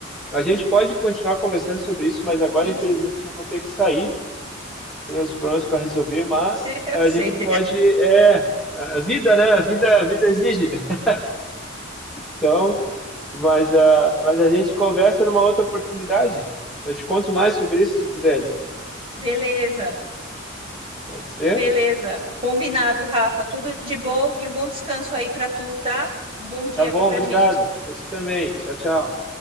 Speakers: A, in the centre; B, on the right.
A: A gente pode continuar conversando sobre isso, mas agora,
B: Sim,
A: infelizmente,
B: sim.
A: eu vou ter que sair. tem os problemas para resolver, mas
B: <laughs> Eu
A: a
B: sei.
A: gente pode, é, a vida, né? A vida, a vida exige. <laughs> Então, mas a, mas a gente conversa numa outra oportunidade. Eu te conto mais sobre isso se tu quiseres.
B: Beleza,
A: Pode ser?
B: beleza. Combinado, Rafa. Tudo de bom e um bom descanso aí para tu, tá? Um bom dia
A: Tá bom,
B: para
A: obrigado.
B: gente.
A: Eu te também. Tchau, tchau.